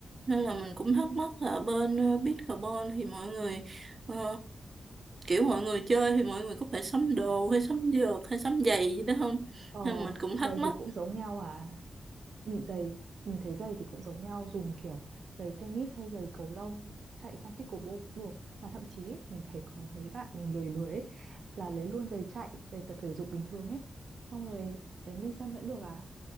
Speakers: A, on the right (about 45°); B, on the right (about 75°).
A: Nên là mình cũng
B: ừ
A: thắc mắc là bên ờ, Bitcarbon thì mọi người ờ, kiểu mọi người chơi thì mọi người có phải sắm đồ hay sắm vợt hay sắm giày gì đó không?
B: ờ
A: Nên mình cũng thắc
B: giày
A: mắc
B: thì cũng giống nhau à mình giày mình thấy giày thì cũng giống nhau dùng kiểu giày tennis hay giày cầu lông chạy sang pickleball cũng được mà thậm chí ấy, mình thấy có mấy bạn mình lười lười ấy, là lấy luôn giày chạy giày tập thể dục bình thường ấy xong rồi đánh lên sân vẫn được à